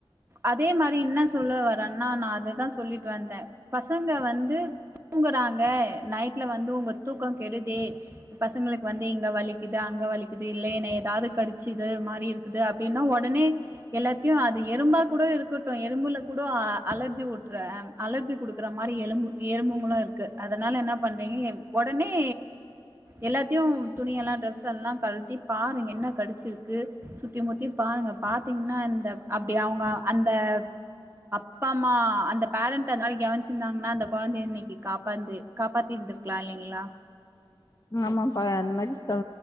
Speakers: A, on the right; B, on the left.
A: அதே மாரி என்ன சொல்ல வரேன்னா நா அததா சொல்லிட்டு வந்தே பசங்க வந்து தூங்குறாங்க நைட்ல வந்து உங்க தூக்க கெடுதே பசங்களுக்கு வந்து இங்க வலிக்குது அங்க வலிக்குது இல்லையன்ன ஏதாவது கடிச்சுது மாரி இருக்கு இருக்குது அப்டின்னா உடனே எல்லாத்தையு அது எறும்பா கூட இருக்கட்டு எறும்புல கூட அலர்ஜி உட்டுறன் அலர்ஜி குடுக்குற மாரி எலும்பு எறும்புங்களு இருக்கு அதனால என்ன பண்றீங்க உடனே எல்லாத்தையு துணியெல்லா ட்ரெஸ் எல்லா கழட்டி பாருங்க என்ன கடிச்சிருக்கு சுத்தி முத்தி பாருங்க பாத்தீங்கன்னா இந்த அப்டி அவங்க அந்த அப்பா அம்மா அந்த பேரண்ட் அந்த மாரி கவனச்சிருந்தாங்கன்னா அந்த கொழந்தை இன்னைக்கு காப் வந்து காப்பாத்தி இருந்திருக்கலா இல்லங்களா
B: ஆமாப்பா அந்த மாரி தா